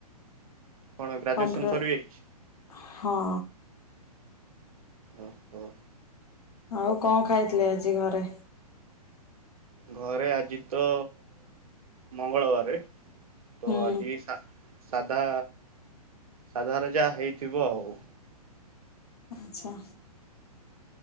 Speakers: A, on the right; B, on the left.
A: କଣ ଗ୍ରାଜୁଏସନ୍
B: କମ୍ପ୍ୟୁଟର
A: ସରିଯାଇଛି?
B: ହଁ
A: ଓ ହୋ
B: ଆଉ କଣ ଖାଇଥିଲେ ଆଜି ଘରେ?
A: ଘରେ ଆଜି ତ ମଙ୍ଗଳବାର ତ
B: ହୁଁ
A: ଆଜି ସାଧା ସାଧାର ଯା ହେଇଥିବ ଆଉ
B: ଆଚ୍ଛା